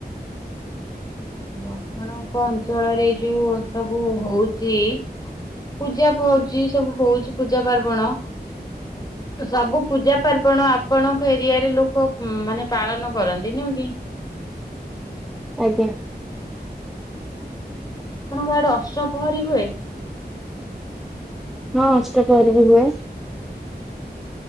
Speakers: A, on the left; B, in the centre.
A: ଆପଣଙ୍କ ଅଞ୍ଚଳରେ ଯୋଉ ସବୁ ହଉଚି ପୂଜା ପୂଜି ସବୁ ହଉଛି ପୂଜା ପାର୍ବଣ ସବୁ ପୂଜା ପାର୍ବଣ ଆପଣଙ୍କ ଏରିଆରେ ଲୋକ ମାନେ ପାଳନ କରନ୍ତି। ନୁହଁ କି?
B: ଆଜ୍ଞା
A: ଆପଣଙ୍କ ଆଡେ ଅଷ୍ଟପହରି ହୁଏ?
B: ହଁ ଅଷ୍ଟପହରି ବିି ହୁଏ।